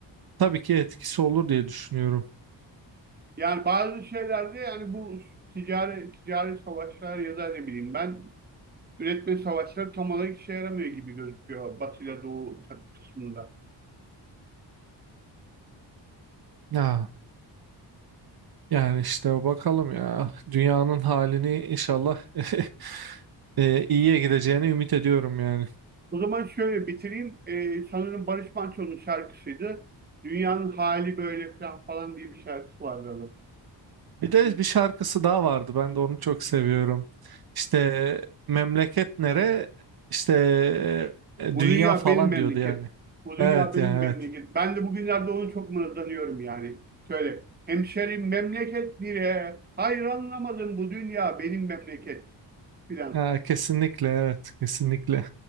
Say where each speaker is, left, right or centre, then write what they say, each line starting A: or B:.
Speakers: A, on the right; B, on the right.
A: tabii ki etkisi olur diye düşünüyorum.
B: Yani bazı şeylerde yani bu ticari ticari savaşlar ya da ne bileyim ben üretme savaşları tam olarak işe yaramıyor gibi gözüküyor Batı ile Doğu ta- kısmında.
A: Ya yani işte bakalım ya dünyanın halini inşallah <laughs> eee, iyiye gideceğini ümit ediyorum yani.
B: O zaman şöyle bitireyim. Ee, sanırım Barış Manço'nun şarkısıydı. Dünyanın hali böyle falan falan diye bir şarkısı vardı
A: Bir de
B: adamın.
A: bir şarkısı daha vardı. Ben de onu çok seviyorum. İşte memleket nere? İşte e,
B: Bu
A: dünya
B: dünya
A: falan
B: benim memleketim.
A: diyordu yani.
B: Bu dünya
A: Evet
B: benim
A: yani
B: memleket.
A: evet.
B: Ben de bugünlerde onu çok mırıldanıyorum yani. Şöyle, hemşerim memleket bile, hayır anlamadım bu dünya benim memleket filan.
A: Ha, kesinlikle evet kesinlikle.